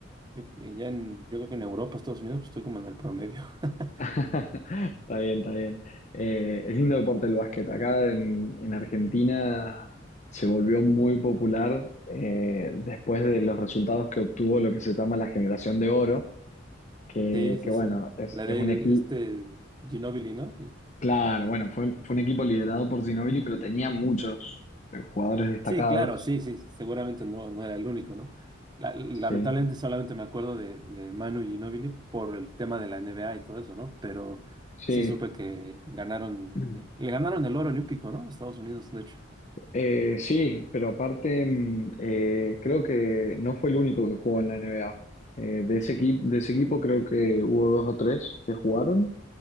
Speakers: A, on the right; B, on the left.
A: Yo, eh, ya en- yo creo que en Europa, Estados Unidos, pues estoy como en el promedio. <laughs>
B: <laughs> Está bien, está bien. Eh, es lindo deporte el básquet. Acá en, en Argentina se volvió muy popular eh, después de los resultados que obtuvo lo que se llama la generación de oro, que,
A: Sí, sí,
B: que bueno,
A: sí.
B: es,
A: La
B: es
A: de
B: un equipo,
A: este Ginóbili, ¿no? Y-
B: claro, bueno, fue, fue un equipo liderado por Ginóbili, pero tenía muchos eh, jugadores destacados.
A: sí, claro, sí, sí. Seguramente no, no era el único, ¿no? La- lamentablemente
B: Sí,
A: solamente me acuerdo de, de Manu Ginóbili por el tema de la NBA y todo eso, ¿no? Pero
B: sí.
A: sí supe que ganaron,
B: <clears throat>
A: eh, le ganaron el oro olímpico, ¿no? A Estados Unidos, de hecho.
B: Eh, sí, pero aparte mm, eh, creo que no fue el único que jugó en la NBA. Eh, de ese equipo, de ese equipo creo que hubo dos o tres que jugaron.